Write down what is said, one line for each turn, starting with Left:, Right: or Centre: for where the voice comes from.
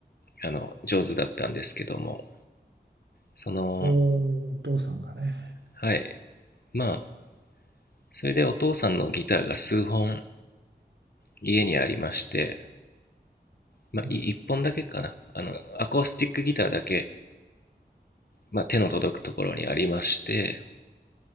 Left: あの上手だったんですけどもその
Right: おーお父さんがね。
Left: はいまあそれでお父さんのギターが数本家にありまして、まあ、
Right: うん。
Left: い1本だけかなあのアコースティックギターだけ、まあ、手の届くところにありまして